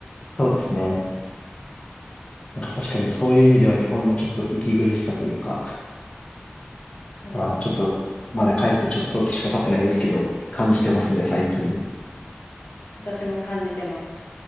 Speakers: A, on the left; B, on the left.
A: そうですね。なんか確かにそういう意味では日本のちょっと息苦しさというか、
B: そうですね。
A: まあちょっとまだ帰ってちょっと時しか経ってないですけど、感じてますね、最近。
B: 私も感じてます。